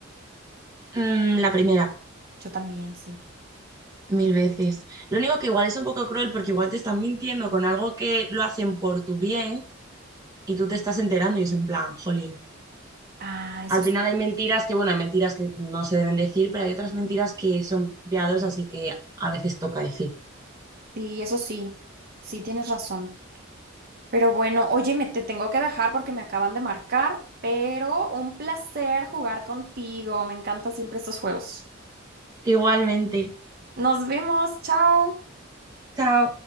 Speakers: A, on the right (about 15°); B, on the right (about 45°).
A: Mm, la primera,
B: Yo también, sí.
A: mil veces. Lo único que igual es un poco cruel porque igual te están mintiendo con algo que lo hacen por tu bien y tú te estás enterando y es en plan, jolín.
B: Ah, eso
A: Al
B: s-
A: final hay mentiras que, bueno, hay mentiras que no se deben decir, pero hay otras mentiras que son piadosas, así que a veces toca decir.
B: sí, eso sí. Sí, tienes razón. Pero bueno, oye, me te tengo que dejar porque me acaban de marcar, pero un placer jugar contigo. Me encantan siempre estos juegos.
A: Igualmente.
B: Nos vemos, chao.
A: Chao.